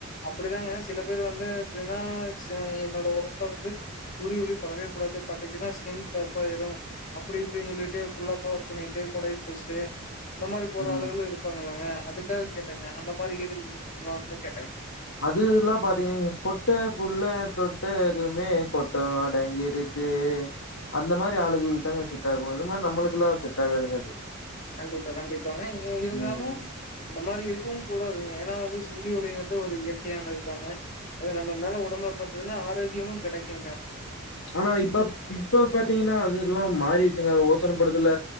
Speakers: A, on the left (about 35°); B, on the left (about 60°).
A: அப்டிதாங்க சில பேரு வந்து எப்டினா ச என்னோட ஒடம்புல வந்து சூரிய ஒளி படவே கூடாது பட்டுச்சுன்னா ஸ்கின் கருப்பாயிரும் அப்டி இப்டின்னு சொல்லிட்டு ஃபுல்லா கவர் பண்ணிட்டு கொடைய புடிச்ட்டு அந்த மாரி
B: ம்
A: ஆளுகளும் இருப்பாங்க இல்லங்க அதுக்காக கேட்டங்க அந்த மாரி ஏது நீங்க இருப்பீங்களோான் கேட்ட
B: அதுல்லா பாத்தீங்க பொட்ட புள்ள தொட்டதுமே கொட்டம் அடங்கிருச்சே அந்த மாரி ஆளுகளுக்கு தாங்க செட் ஆகும் இது மாரி நம்மளுக்கல்லாம் செட் ஆகாதுங்க அது
A: கண்டிப்பா கண்டிப்பாங்க எ இருந்தாலும்
B: ம்
A: அந்த மாரி இருக்கவும் கூடாதுங்க ஏன்னா வந்து சூரிய ஒளிங்கறது ஒரு இயற்கையானதாங்க அது நம்ம மேல உடம்பல பட்டதுனா ஆரோக்கியமும் கிடைக்குங்க
B: ஆனா இப்ப இப்ப பாத்தீங்கன்னா அதுல்லா மாறிருச்சுங்க அத ஓசோன்ப்படுதுல